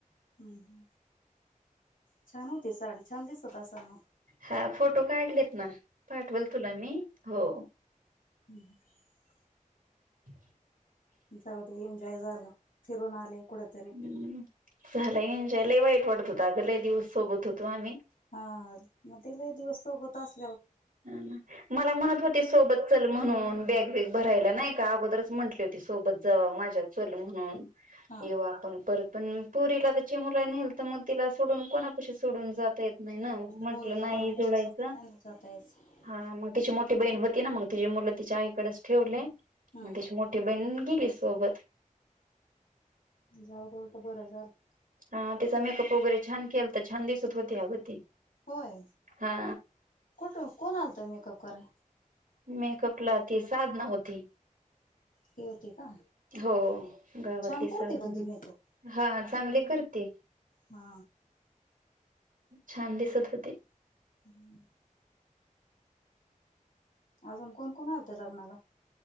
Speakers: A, on the left; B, on the right.
A: हम्-हम्, छान होती साडी. छान दिसत असाल म?
B: हां फोटो काढलेत ना. पाठवल तुला मी. हो.
A: हम्-हम्
B: <inaudible>
A: जाऊ दे एन्जॉय जालं, फिरून आले. कुठतरी
B: हम्म झाला एनजॉय, लय वाईट वाटत होतं. अगं लय दिवस सोबत होतो आम्ही.
A: हा म ते लई दिवस सोबत अस
B: ह मला म्हणत होते सोबत. चल म्हणून बॅग-बीग भरायला नाही का. अगोदरच म्हटली होती. सोबत जाव माझ्या चल म्हणून.
A: हा
B: येऊ आपण परतून. पुरीला त्या चिमुला नेहलत तर मग तिला सोडून कोणापशी सोडून जात. येत नाही ना म्हटलं
A: पोरीला
B: नाही
A: कोणा कशी
B: जुळायचं.
A: सोबत नाही ना जाता यायचं
B: हा मग तिची मोठी बहीण होती ना. मग तिची मुलं तिच्या आईकडेच ठेवले.
A: हम्म
B: मग त्याशी मोठी बहीण गेली सोबत.
A: जाऊ दे उलटं बरं झालं.
B: हा तिचा मेकअप वगैरे छान केलता. तर छान दिसत होते अग ती.
A: होय
B: हा
A: कुठ कोण आलत मेकअप कराय?
B: मेकअपला ती साधना होती.
A: ती होती का?
B: हो गावातली
A: छान करते
B: साधन
A: पण ती मेकअप.
B: हा. चांगले करते.
A: हा.
B: छान दिसत होते.
A: हम्म. अजून कोण-कोण आलत लग्नाला?